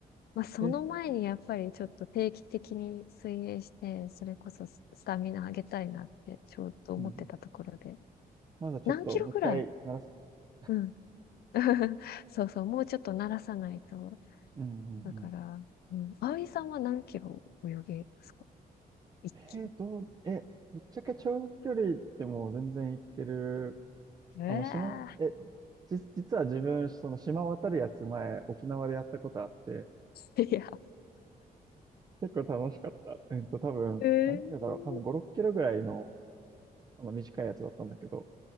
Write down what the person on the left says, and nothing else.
まあ、その前にやっぱりちょっと定期的に水泳して、
それこそススタミナ上げたいなってちょうど思ってたところで。
何キロくらいうん。<laughs> そうそう、もうちょっと慣らさないと。
だから、うん。葵さんは何キロ泳げますか一気に。
ええ
ー <laughs> いや、
えー